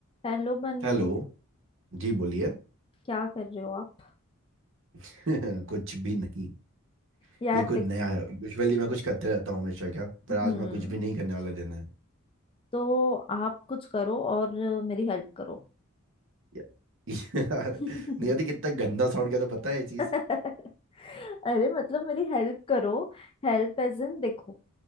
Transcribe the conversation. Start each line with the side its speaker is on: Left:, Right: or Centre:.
Left: हेलो बनी
Right: Hello जी बोलिए
Left: क्या कर रहे हो आप
Right: <laughs> कुछ भी नहीं
Left: यार
Right: ये कुछ
Left: देखो
Right: नया है यूजुअली मैं कुछ करते रहता हूँ हमेशा क्या पर आज
Left: हम्म
Right: मैं कुछ भी नहीं करने वाला दिन है
Left: तो आप कुछ करो और मेरी हेल्प करो
Right: या- <laughs> यार
Left: <laughs>
Right: नहीं होती कितना गंदा साउंड किया तो पता है ये चीज
Left: अरे मतलब मेरी हेल्प करो हेल्प एज इन देखो